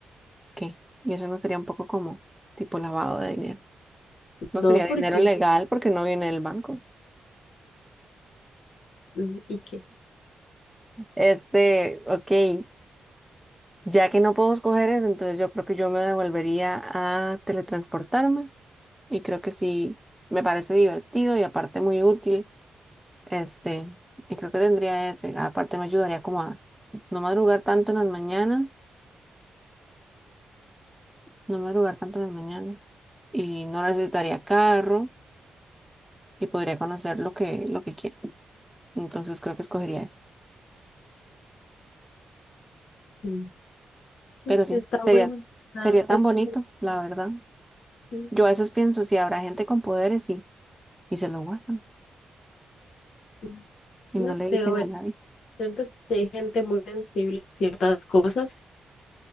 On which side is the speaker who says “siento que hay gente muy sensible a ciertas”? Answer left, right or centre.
Left